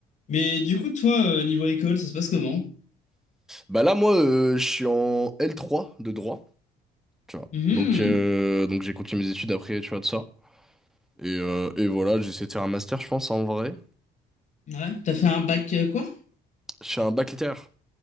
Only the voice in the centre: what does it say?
Bah là, moi, euh, je suis en L3 de droit, tu vois.
Donc, euh, donc j'ai continué mes études après, tu vois, de ça. Et, euh, et voilà, j'essaie de faire un master, je pense, en vrai.
Je fais un bac littéraire.